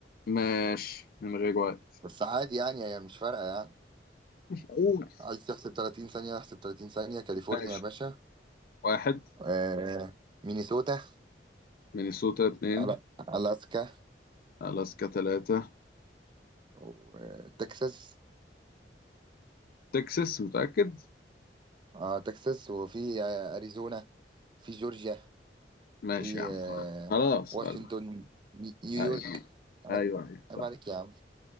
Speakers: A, on the left; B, on the right.
A: ماشي من غير وقت
B: بس عادي يعني هي مش فارقة يعني
A: قول
B: عايز تحسب 30 ثانية احسب 30 ثانية كاليفورنيا
A: ماشي
B: يا باشا
A: واحد
B: آه مينيسوتا
A: مينيسوتا اتنين
B: ألا- ألاسكا
A: الاسكا تلاتة
B: وتكساس
A: تكساس متاكد
B: اه تكساس وفي آه، أريزونا في جورجيا
A: ماشي
B: في
A: يا عم
B: آه
A: خلاص خلاص
B: واشنطن
A: خلاص
B: ني- نيويورك
A: ايوه
B: عيب
A: ايوه ايوه صح
B: عيب عليك يا عم